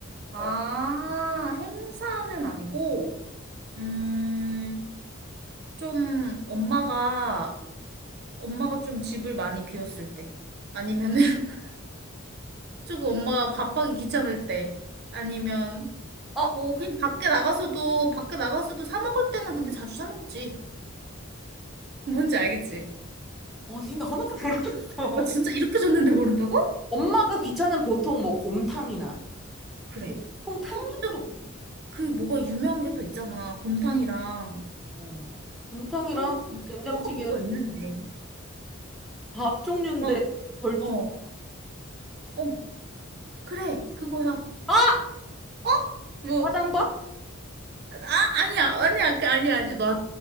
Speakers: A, on the right; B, in the centre.
A: 아,
B: 어,
A: 행사는 아니고, 음, 좀 엄마가 엄마가 좀 집을 많이 비웠을 때 아니면은 <laughs> 조금 엄마가 밥하기 귀찮을 때 아니면
B: 어?
A: 뭐 그냥 밖에 나가서도 밖에 나가서도 사 먹을 때는 근데 자주 사 먹지. 뭔지 알겠지?
B: 아니, 나 하나도 모르겠어.
A: 아 진짜
B: <laughs>
A: 이렇게 줬는데 모른다고?
B: 엄마가 귀찮은 보통 뭐 곰탕이나
A: 그래.
B: 보통 탕
A: 그래서
B: 종류 그래?
A: 그 뭐가 유명한 게 또 있잖아. 곰탕이랑
B: 어. 곰탕이랑
A: 또
B: 된장찌개랑
A: 또가 뭐가 있는데.
B: 밥 종류인데
A: 막
B: 걸쭉
A: 어, 어, 그래 그거야.
B: 아!
A: 어? 뭐?
B: 짜장밥?
A: 아 아니야 아니야 그 아니야 아니야. 너